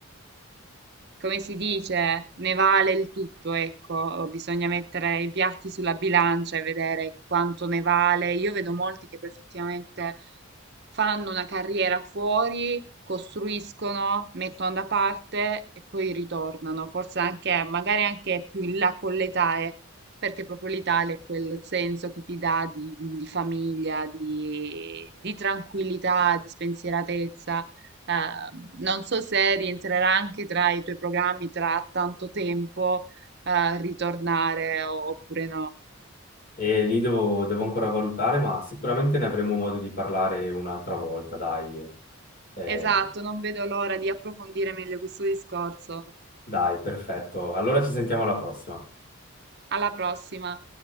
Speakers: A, on the right (about 50°); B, on the left (about 40°).
A: come si dice, ne vale il tutto, ecco, bisogna mettere i piatti sulla bilancia e vedere quanto ne vale. Io vedo molti che poi effettivamente fanno una carriera fuori, costruiscono, mettono da parte e poi ritornano, forse anche, magari anche più in là con l'età, eh, perché proprio l'Italia è quel senso che ti dà di, di famiglia, di, di tranquillità, di spensieratezza. Ehm, non so se rientrerà anche tra i tuoi programmi tra tanto tempo, eh, ritornare o- oppure no.
B: E lì devo, devo ancora valutare, ma sicuramente ne avremo modo di parlare un'altra volta, dai. Eh,
A: Esatto, non vedo l'ora di approfondire meglio questo discorso.
B: Dai, perfetto. Allora ci sentiamo alla prossima.
A: Alla prossima.